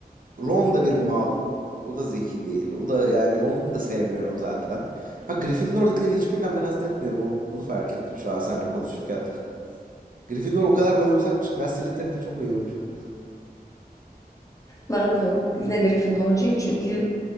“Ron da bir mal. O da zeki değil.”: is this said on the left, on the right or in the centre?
Right